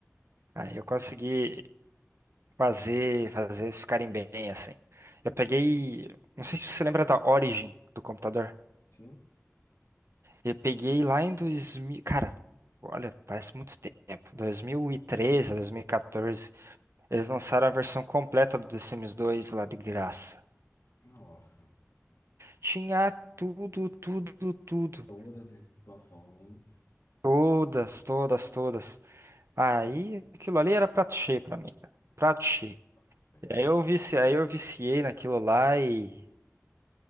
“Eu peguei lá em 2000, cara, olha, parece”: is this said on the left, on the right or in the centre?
Right